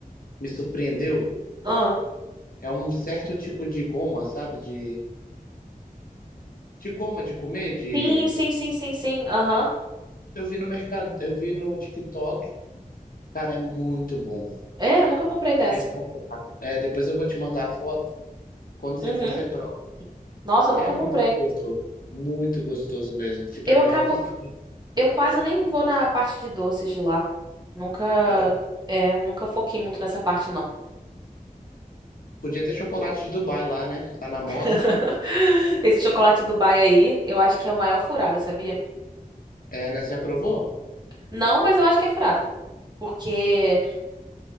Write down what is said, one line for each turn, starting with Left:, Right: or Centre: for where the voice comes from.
Left: me surpreendeu?
Right: Ah.
Left: É um certo tipo de goma, sabe? De, de goma de comer, de.
Right: Sim, sim, sim, sim, sim. Aham.
Left: Eu vi no mercado, eu vi no TikTok. Cara, é muito bom.
Right: É, eu nunca comprei dessa.
Left: É É, depois eu vou te mandar a foto. Quando você
Right: Uhum.
Left: for, você prova.
Right: Nossa, eu nunca
Left: É muito
Right: comprei.
Left: gostoso. Muito gostoso mesmo. Tipo,
Right: Eu
Left: é melhor
Right: acabo.
Left: que. f-
Right: Eu quase nem vou na parte de doces de lá. Nunca.
Left: É.
Right: É, nunca foquei muito nessa parte, não.
Left: Podia ter chocolate de Dubai lá, né? Tá na moda.
Right: <laughs> Esse chocolate Dubai aí, eu acho que é o maior furada, sabia?
Left: É, né? Você já provou?
Right: Não, mas eu acho que é furada. Porque,